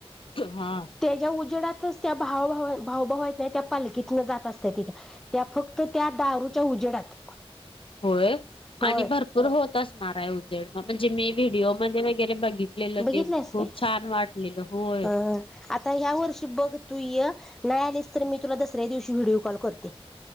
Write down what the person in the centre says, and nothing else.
त्याच्या उजवडातच त्या भावभ भावभावत नाही त्या पालखीतन जात असत तिथे. त्या फक्त त्या दारूच्या उजेडात.
होय
बघितलंस
काय
आता ह्या वर्षी बघ तू य नाही आलीस तर मी तुला दसऱ्या दिवशी व्हिडिओ कॉल करते.